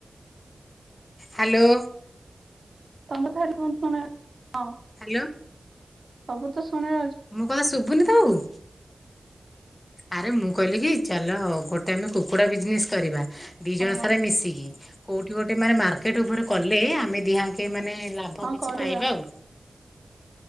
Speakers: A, on the left; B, on the right.
A: ହାଲୋ।
B: ତମ <unintelligible> କଣ ଶୁଣା ହଁ
A: ହାଲୋ।
B: ସବୁ ତ ଶୁଣା ଯାଉଛି
A: ମୁଁ କଥା ଶୁଭୁନି ତମକୁ। ଆରେ ମୁଁ କହିଲି କି ଚାଲ ଗୋଟେ ଆମେ କୁକୁଡା ବିଜନେସ କରିବା। ଦିଇ ଜଣ
B: ହଁ
A: ସାରା ମିଶିକି କୋଉଠି ଗୋଟେ ମାନେ ମାର୍କେଟ ଉପରେ କଲେ ଆମେ ଦିହାଙ୍କେ ମାନେ ଲାଭ
B: ହଁ
A: କିଛି
B: କରିବା
A: ପାଇବା ଆଉ।